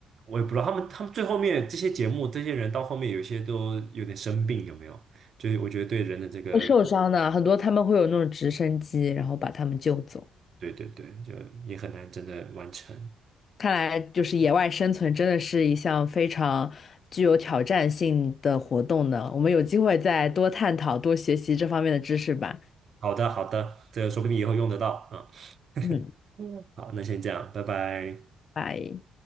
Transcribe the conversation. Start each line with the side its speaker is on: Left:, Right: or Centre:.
Right: 我也不知道他们他们最后面这些节目，这些人到后面有些都有点生病，有没有？就是我觉得对人的这个。
Left: 会受伤的很多，他们会有那种直升机，然后把他们救走。
Right: 对对对，就也很难真的完成。
Left: 看来就是野外生存真的是一项非常具有挑战性的活动呢。我们有机会再多探讨、多学习这方面的知识吧。
Right: 好的，好的，这个说不定以后用得到啊。
Left: 嗯，
Right: 嗯，好，那先这样，拜拜。
Left: 拜。